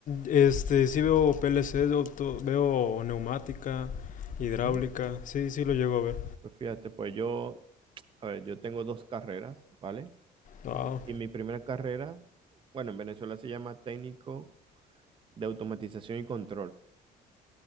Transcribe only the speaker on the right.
¿Mm?
Pues fíjate, pues yo, a ver, yo tengo dos carreras, ¿vale?
Y mi primera carrera, bueno, en Venezuela se llama técnico de automatización y control.